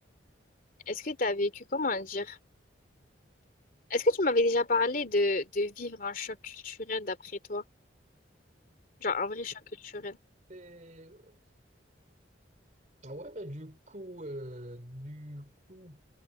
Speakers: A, on the left; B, on the right.
A: est-ce que t'as vécu comment dire? Est-ce que tu m'avais déjà parlé de de vivre un choc culturel d'après toi? Genre un vrai choc culturel.
B: c'est- Ah Ouais, du coup, euh, du coup,